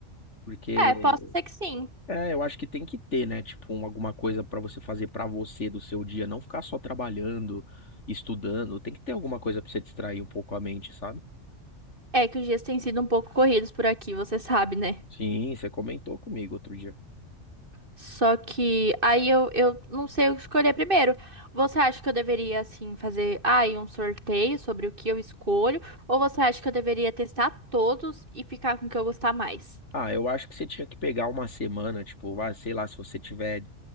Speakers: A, on the left (about 70°); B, on the right (about 45°).
A: Porque
B: É, posso ser que sim.
A: É, eu acho que tem que ter, né? Tipo, um- alguma coisa pra você fazer pra você do seu dia, não ficar só trabalhando, estudando. Tem que ter alguma coisa pra você distrair um pouco a mente, sabe?
B: É que os dias têm sido um pouco corridos por aqui, você sabe, né?
A: Sim, você comentou comigo outro dia.
B: Só que aí eu, eu não sei o que escolher primeiro. Você acha que eu deveria, assim, fazer aí um sorteio sobre o que eu escolho? Ou você acha que eu deveria testar todos e ficar com o que eu gostar mais?
A: Ah, eu acho que você tinha que pegar uma semana, tipo, ah, sei lá, se você tiver